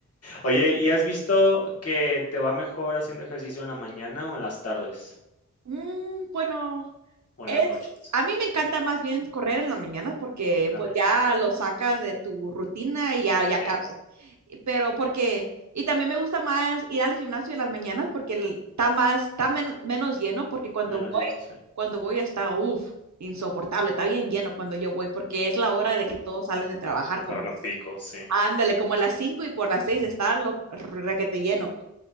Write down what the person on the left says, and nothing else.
Oye, ¿y has visto que te va mejor haciendo ejercicio en la mañana o en las tardes?
O
en las noches.
En
la mañana.
Sí.
Menos
yo no sé.
Ahora
pico, sí.